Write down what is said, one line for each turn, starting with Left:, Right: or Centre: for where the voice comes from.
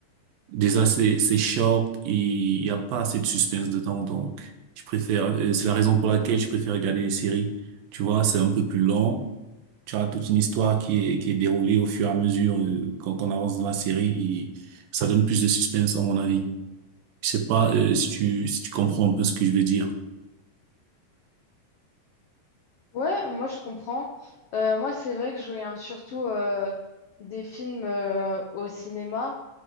Right: déjà, c'est c'est short et il n'y a pas assez de suspense dedans, donc je préfère... euh, c'est la raison pour laquelle je préfère regarder les séries. Tu vois, c'est un peu plus lent. Tu as toute une histoire qui est, qui est déroulée au fur et à mesure euh, quand on avance dans la série et ça donne plus de suspense à mon avis. Je sais pas euh, si tu, si tu comprends un peu ce que je veux dire.
Left: Ouais, moi, je comprends. Euh, moi, c'est vrai que je regarde surtout euh, des films euh, au cinéma.